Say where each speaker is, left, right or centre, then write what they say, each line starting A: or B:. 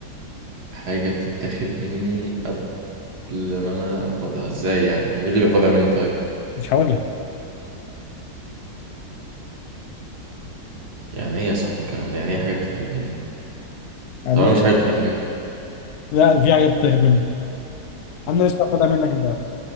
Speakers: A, on the right (about 60°); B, on the left (about 65°).
A: حاجة بتتاخد مني قبل ما انا اخدها ازاي يعني مين اللي بياخدها مني طيب
B: مش هقول لك
A: يعني ايه يا صاحبي الكلام ده يعني ايه حاجة بتتاخد مني
B: يعني
A: طب انا مش حاجة بتتاخد مني
B: لا في حاجه بتتاخد منك انا لسه واخدها منك امبارح